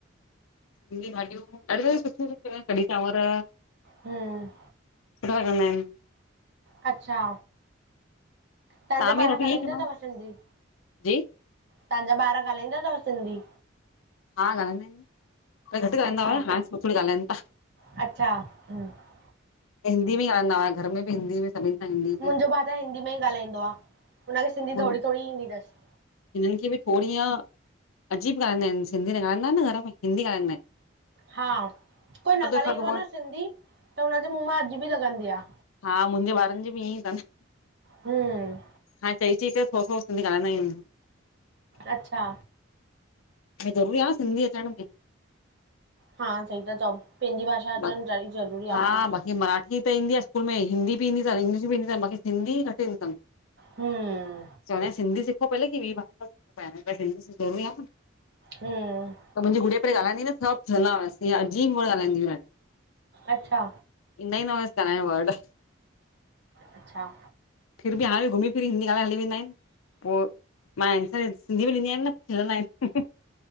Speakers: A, on the left; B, on the right.
A: सिंधी भाॼियूं ॾाढी सारी सुठियूं-सुठियूं आहिनि। कढ़ी चांवर
B: हम्म
A: सुठा लॻन्दा आहिनि।
B: अच्छा, तव्हांजा
A: तव्हां बि
B: ॿार
A: रोटी
B: ॻाल्हाईंदा
A: ईअं कंदा
B: अथव
A: आहियो?
B: सिंधी?
A: जी
B: तव्हांजा ॿार ॻालाईंदा अथव सिंधी?
A: हा ॻाल्हाईंदा ऐन न, पंहिरी घटि ॻाल्हनिइंदा
B: अच्छा
A: हुया, हाणे थोड़ी-थोड़ी गाल्हाइंन ता।
B: अच्छा हम्म
A: हिंदी में ई ॻाल्हाईंदा हुआं, घर में बि हिंदी में सभिनि सां हिंदी
B: मुंहिंजो
A: में।
B: भाउ हिंदी में ई ॻाल्हाईंदो आ, हुनखे सिंधी
A: में
B: थोड़ी-थोड़ी ईंदी तसं।
A: हिननि खे बि थोड़ी या अजीब गानंदा आहिनि, सिंधी न गाल्हाईंदा न घर में, हिंदी गाल्हाईंदा आहिन।
B: हा, कोई न ॻाल्हाईंदो
A: एखादो
B: आ
A: वर्ड
B: न सिंधी, त हुनजे मुंहं मां अजीब ई लॻंदी आ।
A: हा, मुंहिंजे ॿारनि जी ॿि ईअं इ तन।
B: हमम्
A: हाणे चई-चई करे थोरो-थोरो सिधी ॻालंदा आयून।
B: अच्छा
A: ज़रूरी आ सिंधी अचण ॿि।
B: हा सही ता चओ। पंहिंजी भाषा अचणु
A: हा,
B: ॾाढी ज़रूरी आहे
A: बाक़ी मराठी त ईंदी आ स्कूल में हिंदी ॿि ईंदी तन, इंगलिश ॿि ईंदी तन, बाकि सिंधी घटि ईंदी तन।
B: हम्म
A: चवंदान सिंधी सिखो पहले, कि ॿी भाषा सिखियो पर सिंधी ज़रुरी आ न।
B: हम्म
A: त मुंहिंजी गुडिया पंहिरी ॻाल्हाईंदी हुअस, त सब चहंदावस अजीब वण ॻ्हाईंदी आ।
B: अच्छा
A: इंदा ई न हुयस गाल्हाइण वर्ड।
B: अच्छा
A: फिर बि हाणे घुमी फिरी हिंदी ॻालाए हली वेंदा आहिन। पो मां आंसर्स सिंधी मे ॾींदी आहियां खिलंदा ऐन।